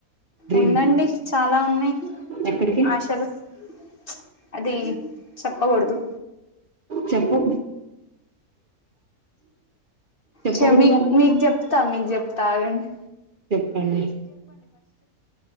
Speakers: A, on the right; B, on the left.
A: డ్రీమ్
B: ఉందండి చాలా ఉన్నాయి
A: ఎక్కడికి
B: ఆశలు ప్చ్ అది చెప్పకూడదు
A: చెప్పు చెప్పకూడదు
B: చ మీ
A: అంట
B: మీకు చేప్తా మీకు చేప్ తాగండి
A: చెప్పండి